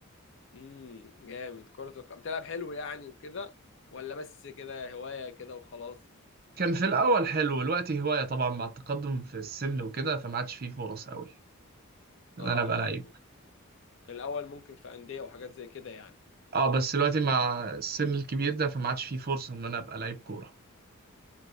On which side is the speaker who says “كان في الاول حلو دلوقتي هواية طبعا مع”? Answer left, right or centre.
Right